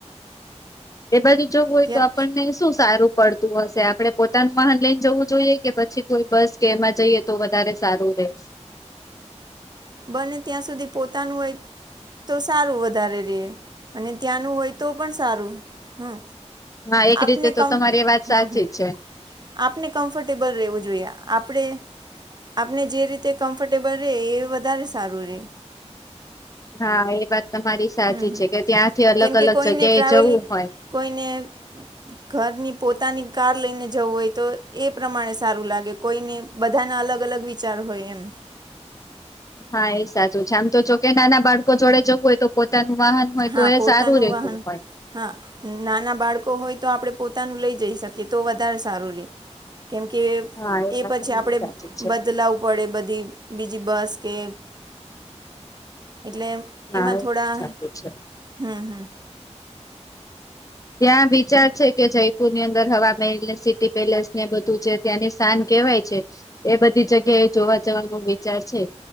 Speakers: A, on the left (about 30°); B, on the right (about 35°).
A: એ બાજુ જોવું હોય
B: ત્યાં
A: તો આપણને શું સારું પડતું હશે આપડે પોતાનું મહાન લઈને જવું જોઈએ કે પછી કોઈ બસ કે એમાં જઈએ તો વધારે સારું રહે.
B: બને ત્યાં સુધી પોતાનું હોય તો સારું વધારે ર અને ત્યાંનું હોય. તો પણ સારું હમ.
A: ના એક
B: આપને
A: રીતે તો
B: કમ
A: તમારી એ વાત સાચી
B: હમ હમ
A: છે.
B: આપને કમ્ફર્ટેબલ રહેવું જોઈએ આપણે. આપને જે રીતે કમ્ફર્ટેબલ ર એ વધારે સારું રે.
A: હા એ વાત તમારી સાચી
B: હમ હમ
A: છે કે ત્યાંથી અલગ
B: કેમ
A: અલગ
B: કે કોઈને
A: જગ્યા
B: ટ્રાવેલિંગ
A: એ જવું હોય.
B: કોઈને. ઘરની પોતાની કાર લઈને જવું હોય તો એ પ્રમાણે સારું લાગે કોઈને. બધા ના અલગ અલગ વિચાર હોય એમ
A: હા એ સાચું છે, આમ તો જોકે નાના બાળકો જોડે જવું હોય તો પોતાનું વાહન હોય
B: હા
A: તો એ
B: પોતાનું
A: સારું રહેેતું
B: વાહન
A: હોય
B: હા નાના બાળકો હોય તો આપડણે પોતાનું લઈ જઈ શકીએ તો વધારે સારું રહે. કેમકે
A: હા
B: એ
A: વાત
B: પછી
A: તમારી
B: આપણે
A: સાચી છે
B: બદલાવ વડે બધી બીજી બસ કે એટલે
A: હા
B: એમાં થોડા
A: ચાલે છે.
B: હમ હમ.
A: ત્યાં વિચાર છે, કે જયપુરની અંદર હવા મેલને સિટી પેલેસ ને બધું જે ત્યાંની સ્થાન કેહેવાય છે, એ બધી જગ્યાએ જોવા જવાનો વિચાર છે.